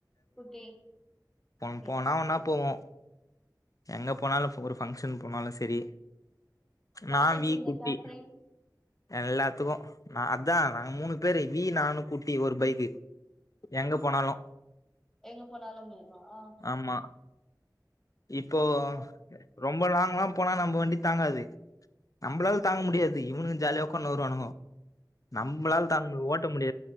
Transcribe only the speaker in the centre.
குட்டி
சேரி
வேலைக்கு
இந்த
கேட்ரிங்
எங்க போனாலும்மேவா
ஓ